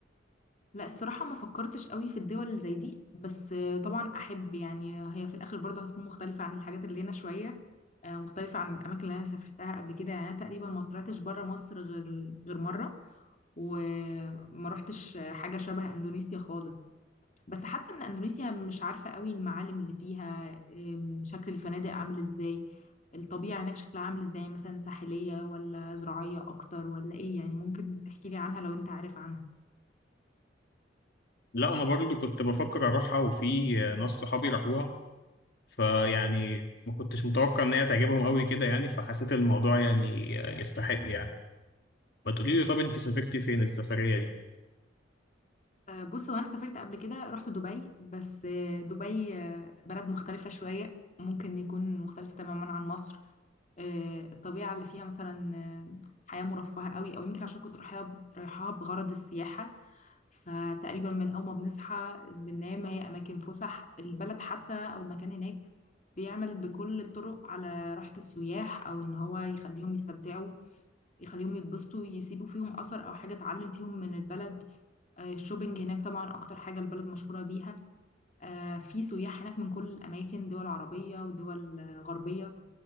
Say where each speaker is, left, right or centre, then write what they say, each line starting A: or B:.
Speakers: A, on the left; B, on the left.
A: لا الصراحة ما فكرتش قوي في الدول اللي زي دي بس آه، طبعا أحب يعني هي في الآخر برضه هتكون مختلفة عن الحاجات اللي هنا شوية آه، مختلفة عن الأماكن اللي أنا سافرتها قبل كده يعني أنا تقريبا ما طلعتش بره مصر غير غير مرة وما روحتش حاجة شبه أندونيسيا خالص بس حاسة إن أندونيسيا مش عارفة قوي المعالم اللي فيها آم، شكل الفنادق عامل إزاي الطبيعة هناك شكلها عامل إزاي مثلا ساحلية ولا زراعية أكتر ولا إيه يعني ممكن تحكي لي عنها لو أنت عارف عنها
B: لا انا برضه كنت بفكر اروحها وفي آه، ناس صحابي راحوها فيعني ما كنتش متوقع ان هي تعجبهم قوي كده يعني فحسيت الموضوع يعني يستحق يعني ما تقولي لي طب انت سافرتي فين السفرية دي
A: آه، بص هو انا سافرت قبل كده رحت دبي بس آه، دبي آه، بلد مختلفة شوية ممكن يكون مختلفة تماما عن مصر آه، الطبيعة اللي فيها مثلا آه، حياة مرفهة قوي او يمكن عشان كنت رايحاها رايحاها بغرض السياحة فتقريبا من اول ما بنصحى بننام هي اماكن فسح البلد حتى او المكان هناك بيعمل بكل الطرق على راحة السياح او ان هو يخليهم يستمتعوا يخليهم يتبسطوا يسيبوا فيهم اثر او حاجة اتعلم فيهم من البلد آه، الشوبينج هناك طبعا اكتر حاجه البلد مشهوره بيها آه، في سياح هناك من كل الاماكن دول عربيه ودول آه، غربيه